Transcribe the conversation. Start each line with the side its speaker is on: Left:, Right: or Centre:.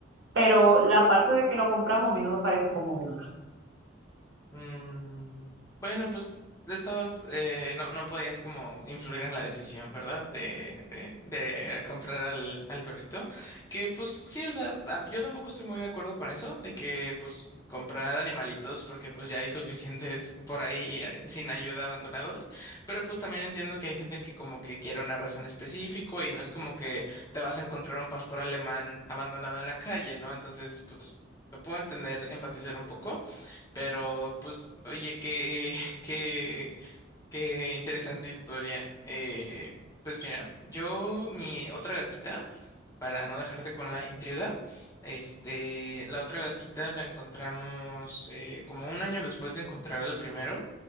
Right: pero la parte de que lo compramos a mí no me parece conmovedora.
Left: Mm, bueno, pues estabas, eh, no, no podías como influir en la decisión, ¿verdad? De, de, de comprar al, al perrito. Que pues sí, o sea, a- yo tampoco estoy muy de acuerdo con eso, de que pues comprar animalitos, porque pues ya hay suficientes <laughs> por ahí eh, sin ayuda abandonados. Pero pues también entiendo que hay gente que como que quiere una raza en específico y no es como que te vas a encontrar un pastor alemán abandonado en la calle, ¿no? Entonces, pues... lo Puedo entender, empatizar un poco. Pero, pues, oye, qué, <laughs> qué, qué interesante historia. Eh, pues mira, yo, mi otra gatita para no dejarte con la intriga. Este, la otra gatita la encontramos eh, como un año después de encontrar al primero.